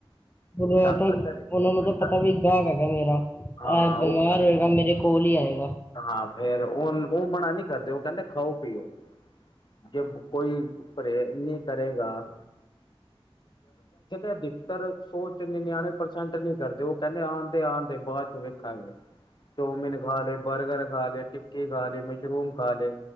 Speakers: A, on the left; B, on the left.
A: ਮੈਂ
B: ਡਾਕਟਰ
A: ਤਾਂ ਉਹਨਾ
B: ਕਦੇ
A: ਨੂੰ ਤਾਂ
B: ਡ
A: ਪਤਾ ਵੀ ਗਾਹਕ ਹੈਗਾ ਮੇਰਾ
B: ਹਾਂ
A: ਬਿਮਾਰ
B: ਉਹ
A: ਹੋਏਗਾ ਮੇਰੇ ਕੋਲ ਹੀ ਆਏਗਾ
B: ਹਾਂ ਫੇਰ ਉਹ ਉਹ ਮਨਾ ਨਹੀਂ ਕਰਦੇ ਉਹ ਕਹਿੰਦੇ ਖਾਓ ਪੀਓ ਜੇ ਕੋਈ ਪ੍ਰੇ ਨਹੀਂ ਕਰੇਗਾ। ਅਧਿਕਤਰ ਸੋ ਚ ਨਿਨਿਆਣੇ ਪ੍ਰਸੈਂਟ ਨੀ ਕਰਦੇ ਉਹ ਕਹਿੰਦੇ ਆਉਦੇ ਆਉਂਦੇ ਬਾਅਦ ਚ ਵੇਖਾਂਗੇ। ਚੋਮਿਨ ਖਾ ਲੈ ਬਰਗਰ ਖਾ ਲੈ ਟਿੱਕੀ ਖਾ ਲ ਮਸ਼ਰੂਮ ਖਾ ਲ